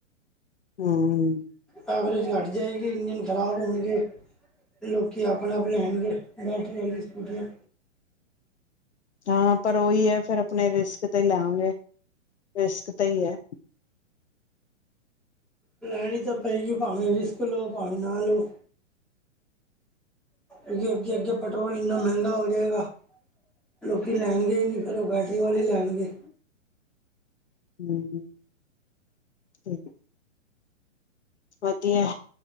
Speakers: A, on the left; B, in the centre.
A: ਹਮ
B: ਐਵਰੇਜ, ਘੱਟ ਜਾਏਗੀ ਇੰਜਣ ਖ਼ਰਾਬ ਹੋਣਗੇ। ਲੋਕੀ ਆਪਣੇ -ਆਪਣੇ ਹੈਣਗੇ ਬੈਠ ਹੁੰਦੀ ਸਕੂਟੀਆਂ।
A: ਹਾਂ ਪਰ ਉਹੀ ਹੈ, ਫੇਿਰ ਆਪਣੇ ਰਿਸਕ, ਤੇ ਲਿਆਂਗੇ ਰਿਸਕ ਤੇ ਹੀ ਹੈ।
B: ਲੈਣੀ ਤਾਂ ਪਏਗੀ, ਭਾਵੇਂ ਰਿਸਕ ਲੋ ਹੋ ਭਾਵੇਂ ਨਾ ਲੋਂ। ਅਗੇ, ਅੱਗੇ- ਅੱਗੇ ਪੈਟਰੋਲ, ਇੰਨਾ ਮਹਿੰਗਾ ਹੋ ਜਾਏਗਾ। ਲੋਕ ਲੈਣਗੇ ਹੀ ਨਹੀਂ, ਫਿਰ ਉਹ ਬੈਟਰੀ, ਵਾਲੀ ਲੈਣਗੇ।
A: ਹਮ ਠੀਕ, ਵਧੀਆ,